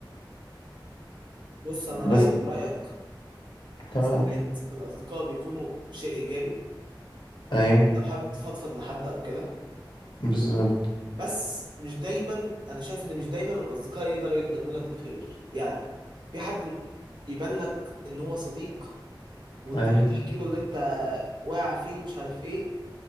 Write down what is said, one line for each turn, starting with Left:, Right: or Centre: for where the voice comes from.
Right: بص أنا
Left: بس
Right: رأيي من رأيك
Left: تمام
Right: ساعات الأصدقاء بيكونوا شيء إيجابي
Left: ايوه
Right: أنت لو حابب تفضفض لحد أو كده
Left: بالظبط
Right: بس مش دايما أنا شايف إن مش دايما الأصدقاء يقدروا يتمنوا لك الخير يعني في حد يبان لك إن هو صديق وتروح
Left: ايوه
Right: تحكي له اللي أنت واقع فيه ومش عارف إيه